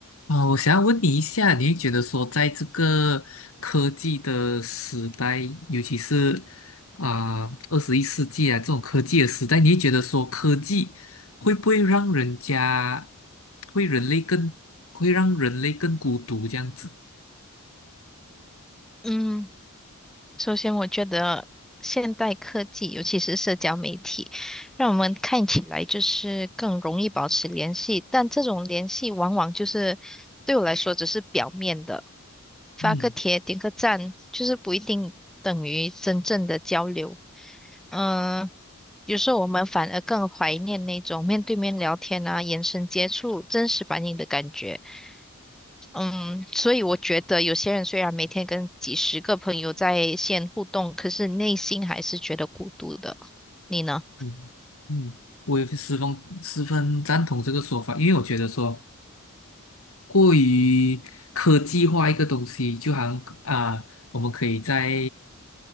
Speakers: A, on the left (about 65°); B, in the centre.
A: 啊，我想要问你一下，你会觉得说，在这个科技的时代，尤其是啊二十一世纪啊这种科技的时代，你会觉得说，科技会不会让人家，会人类更，会让人类更孤独这样子？
B: 嗯，首先我觉得现代科技，尤其是社交媒体，让我们看起来就是更容易保持联系，但这种联系往往就是对我来说只是表面的，发个帖、
A: 嗯
B: 点个赞，就是不一定等于真正的交流。嗯、有时候我们反而更怀念那种面对面聊天啊、眼神接触、真实反应的感觉。嗯，所以我觉得有些人虽然每天跟几十个朋友在线互动，可是内心还是觉得孤独的。你呢？
A: 嗯嗯，我也是十分十分赞同这个说法，因为我觉得说过于科技化一个东西，就好像啊、我们可以在